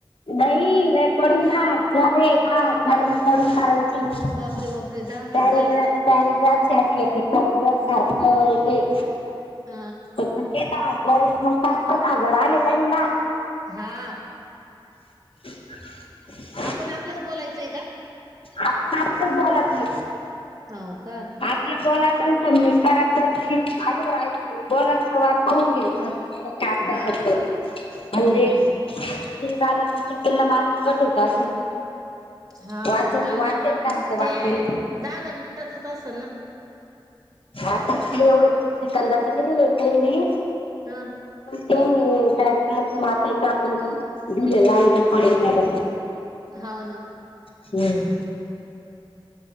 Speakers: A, on the left; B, on the right.
A: नाहीई रेकॉर्डिंग
B: हम्म
A: दहा हजार रे दहा हजार रेकॉर्डिंग करायच
B: बापरे बापरे दहा हजार
A: त्या पॅराग्राफ याचे पॅराग्राफ हारत तेे
B: अ
A: जर तर मग पाच पाच हजार आले त्यां ना
B: हा
A: <inaudible>
B: आपण आपलंच बोलायचंय का
A: आपण आपताच बोलात ना
B: हो का
A: आपलं बॉलच सबमिट करायचं ते अगोदरयचं बॉलाचा वाप होऊून घ्यायच का आपल्यासबत
B: हा हम्म
A: म्हणजे
B: हम्म
A: चकिंग झालं चुकला मार्क कट होता
B: हा
A: वाचन
B: ते दादा
A: वाचन
B: म
A: करायचं
B: ते
A: वाचन
B: दादा मिनटाचच अस ना
A: आता काही एवढंच कदा का नाही दिले हो का मी
B: हा
A: ते नाहीर वाटायच आपण दिले लहान कढ
B: होव ना
A: हम्